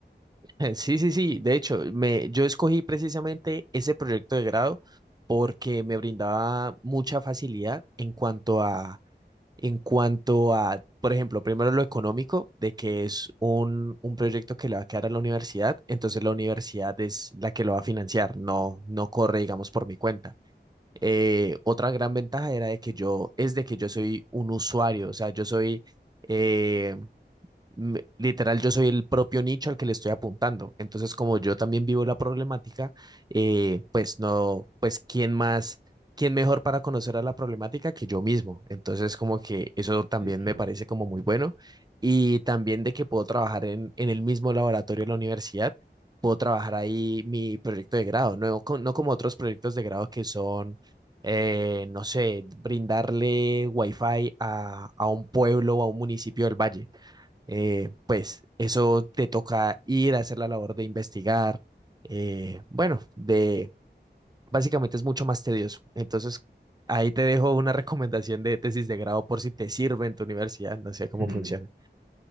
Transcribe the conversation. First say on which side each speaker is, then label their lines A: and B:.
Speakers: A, on the right (about 20°); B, on the right (about 80°).
A: <laughs> Sí, sí, sí. De hecho, me, yo escogí precisamente ese proyecto de grado porque me brindaba mucha facilidad en cuanto a, en cuanto a, por ejemplo, primero lo económico, de que es un, un proyecto que le va a quedar a la universidad, entonces la universidad es la que lo va a financiar, no, no corre, digamos, por mi cuenta. Eh, otra gran ventaja era de que yo, es de que yo soy un usuario, o sea, yo soy, eh, me- Literal, yo soy el propio nicho al que le estoy apuntando. Entonces, como yo también vivo la problemática, eh, pues no, pues quién más, quién mejor para conocer a la problemática que yo mismo. Entonces, como que eso también
B: Sí, claro.
A: me parece como muy bueno. Y también de que puedo trabajar en, en el mismo laboratorio de la universidad, puedo trabajar ahí mi proyecto de grado, no, co- no como otros proyectos de grado que son eh, no sé, brindarle wifi a, a un pueblo o a un municipio del valle eh, pues eso te toca ir a hacer la labor de investigar, eh, bueno, de básicamente es mucho más tedioso. Entonces, ahí te dejo una <laughs> recomendación de tesis de grado por si te sirve en tu universidad, no sé cómo
B: <laughs>
A: funciona.